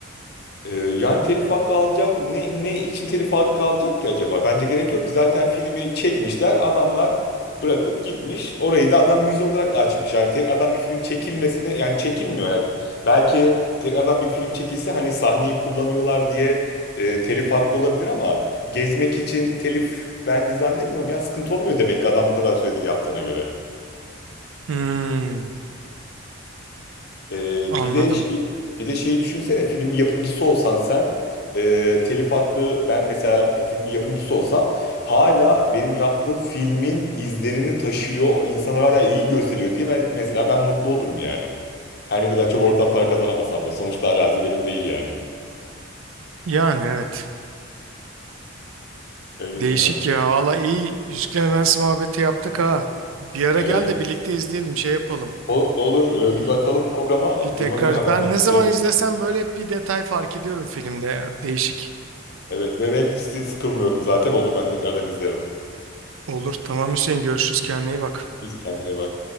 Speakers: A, on the left; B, on the right.
A: Ee, yani telif hakkı alacak. Ne, ne için telif hakkı alacak ki acaba? Bence gerek yok ki. Zaten filmi çekmişler. Adamlar bırakıp gitmiş. Orayı da adam müze olarak açmış. Yani tekrardan bir film çekilmesini yani çekilmiyor. Yani belki tekrardan bir film çekilse hani sahneyi kullanıyorlar diye e, telif hakkı olabilir ama gezmek için telif bence zannetmiyorum ya sıkıntı olmuyor demek ki adam bu kadar süredir yaptığına göre.
B: Hmm,
A: Ee,
B: anladım.
A: bir de şey, bir de şeyi düşünsene film yapımcısı olsan sen e, telif hakkı ben mesela filmin yapımcısı olsam hala benim yaptığım filmin izlerini taşıyor insanlar hala iyi gösteriyor diye ben- mesela ben mutlu olurum yani. Her ne kadar çok oradan para kazanamasam da sonuçta arazi benim değil yani.
B: Yani evet.
A: Öyle
B: Değişik
A: Kenan.
B: ya. Valla iyi Yüzüklerin Efendisi muhabbeti yaptık ha. Bir ara
A: Evet.
B: gel de birlikte izleyelim şey yapalım.
A: Olur, olur. Ee,
B: Bir,
A: bir bakalım programa.
B: bir tekrar
A: Duruma göre haberleşelim.
B: ben ne zaman izlesem böyle hep bir detay fark ediyorum filmde ya. Değişik.
A: Evet ve ben hiç sıkılmıyorum zaten. Olur ben tekrardan izlerim.
B: Olur tamam Hüseyin görüşürüz kendine iyi bak.
A: Kendine bak.